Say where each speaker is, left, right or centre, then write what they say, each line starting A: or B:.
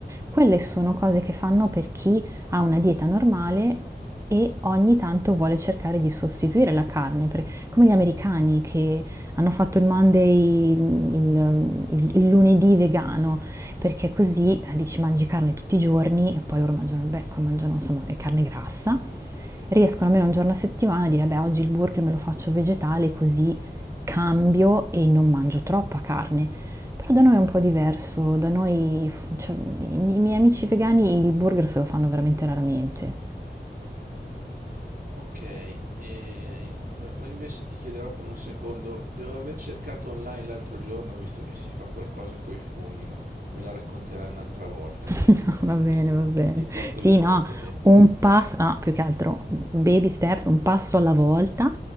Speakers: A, on the right; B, on the right.
A: Quelle sono cose che fanno per chi ha una dieta normale e ogni tanto vuole cercare di sostituire la carne, per- come gli americani che hanno fatto il Monday, il, il- il lunedì vegano, perché così eh, dici mangi carne tutti i giorni, e poi loro mangiano il becco, mangiano insomma e carne grassa. Riescono almeno un giorno a settimana a dire, beh, oggi il burger me lo faccio vegetale, così cambio e non mangio troppa carne. Però da noi è un po' diverso, da noi, cioè, i i miei amici vegani il burger se lo fanno veramente raramente.
B: Ok, e beh, poi invece ti chiederò per un secondo, devo aver cercato online l'altro giorno, visto che si fa qualcosa coi funghi, ma me la racconterai un'altra volta questa,
A: <laughs> No, va
B: <laughs>
A: bene,
B: che se no
A: va bene.
B: ti porto
A: Sì,
B: via troppo
A: no,
B: tempo.
A: un passo, no, più che altro baby steps, un passo alla volta,